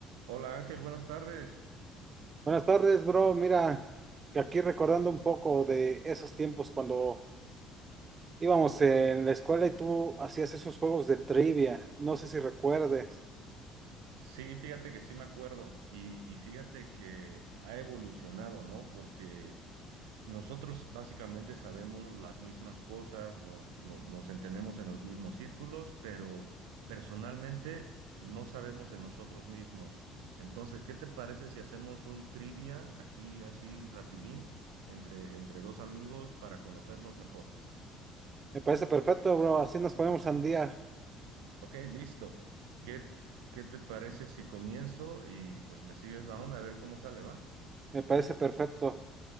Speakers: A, on the right (about 65°); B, on the right (about 30°).
A: Hola Ángel, buenas tardes.
B: Buenas tardes, bro. Mira, que aquí recordando un poco de esos tiempos cuando íbamos en la escuela y tú hacías esos juegos de trivia. No sé si recuerdes.
A: Sí, fíjate que sí me acuerdo y, y fíjate que ha evolucionado, ¿no? Porque nosotros básicamente sabemos las mismas cosas, nos, no- nos entendemos en los mismos círculos, pero personalmente no sabemos de nosotros mismos. Entonces, ¿qué te parece si hacemos un trivia aquí así rapidín entre, entre dos amigos para conocernos mejor?
B: Me parece perfecto, bro. Así nos ponemos al día.
A: Ok, listo. ¿Qué, qué te parece si comienzo y pues me sigues la onda a ver cómo sale, va?
B: Me parece perfecto.